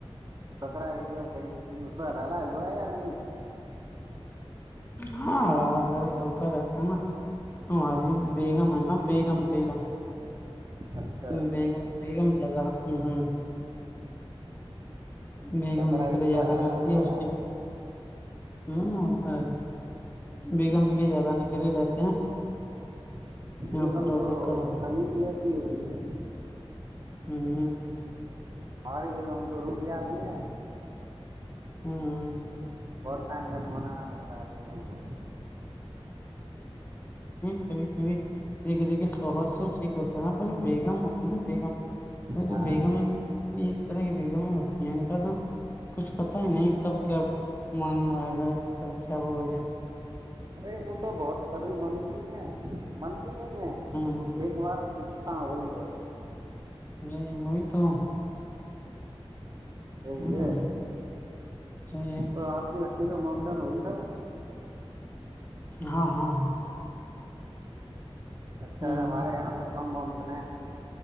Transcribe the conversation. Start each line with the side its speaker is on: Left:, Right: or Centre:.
Right: بکرا ایدھر گئی تھی اس میں ڈال ہوا یا نہیں
Left: ہاں اللہ ال چلتا رہتا ہے نا ہری بیگم ہے نا بیگم بیگم
Right: اچھا
Left: بیم بیگم جگہ ہوں ہوں گئی
Right: تو
Left: گ
Right: بقرا
Left: منقریں
Right: عید پہ
Left: زیادہ
Right: حلالہ
Left: کرتی
Right: ہو
Left: ہے
Right: گیا
Left: اس سے ہوںت بیگم کے زیادہ ن کر ہی رہتے ہیں
Right: بیگم
Left: آپ کرو
Right: تو
Left: میں کرو
Right: سوھی بھی ایسی ہی ہوتی ہے
Left: ہوں
Right: ارے بگ ہم تو رٹ جاتی ہیں
Left: ہوں
Right: بہت ٹائم میں تو منانا پڑتا ہے بی گ ہم کو
Left: کبھی کبھی دیکھے دیکھے شوہر سو ٹھیک ہوتے ہے نا بلے بیگم ہوتی ہے نا بیگم ا
Right: ہاں
Left: تو بیگم یہ طرح کی بیگمیں ہوتی ہیں کہا تھا کچھ پتا ہی نہیں کب کیاان میں آ جائے کب کیا وہ ہو جائے
Right: ارے وہ تو بہت کری بنتی ہے منتی نہیں ہے
Left: ہ
Right: ایک بار گغسا ہو گ ہی دو
Left: جی وہی تو ہ
Right: یہ
Left: صحیح ہے
Right: تو آپ کی و تو مامدن ہوی سب
Left: ہاں ہاں ہاں
Right: اچھا
Left: ہ
Right: ہے ہمارے یہاں تو کم بمنے